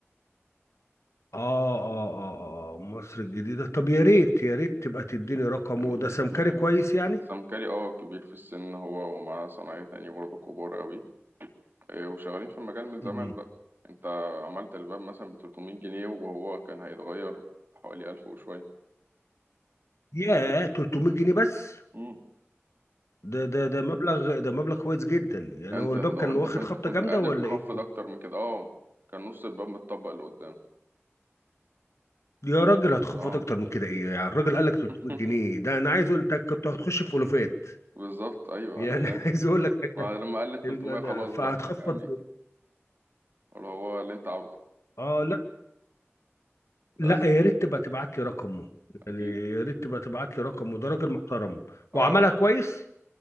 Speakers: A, on the left; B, on the right.
A: آه آه آه آه آه، مصر الجديدة طب يا ريت يا ريت تبقى تديني رقمه
B: يعني
A: ده سمكري
B: من الناس
A: كويس يعني
B: سام كاري اه كبير في السن هو ومعاه صنايعية تاني برضه كبار قوي إيه، وشغالين في المجال من زمان
A: مم.
B: بقى انت عملت الباب مثلا ب 300 جنيه وهو كان هيتغير بحوالي 1000 وشوية
A: ياه 300 جنيه بس
B: مم.
A: ده ده ده مبلغ ده مبلغ كويس جدا يعني
B: انت
A: هو الباب
B: لو
A: كان
B: انت
A: واخد
B: كنت
A: خبطة
B: كنت
A: جامدة
B: قادر
A: ولا
B: تخفض
A: إيه
B: اكتر من كده اه كان نص الباب متطبق لقدام
A: يا راجل هتخفض
B: اه
A: أكتر من كده إيه يعني الراجل قال لك 300
B: <laughs>
A: جنيه ده أنا عايز أقول أنت كنت هتخش في ألوفات
B: بالظبط ايوه
A: يعني
B: انا فاهم
A: <laughs> عايز أقول لك حاجة
B: ما لما قال لي 300
A: المدى
B: خلاص
A: فهتخفض
B: بقى يعني اللي هو اللي انت عاوزه
A: آه لا لا
B: بس
A: يا ريت تبقى تبعت لي رقمه يعني
B: اكيد
A: يا ريت تبقى تبعت لي رقمه ده راجل محترم
B: اه
A: وعملها كويس